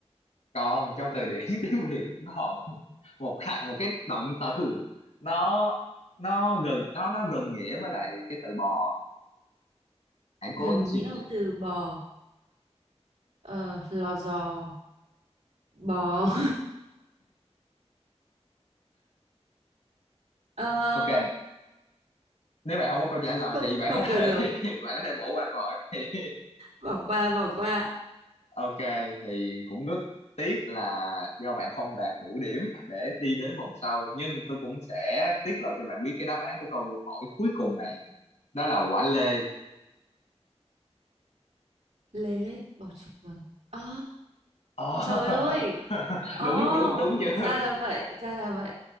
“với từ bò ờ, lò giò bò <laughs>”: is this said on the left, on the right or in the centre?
Right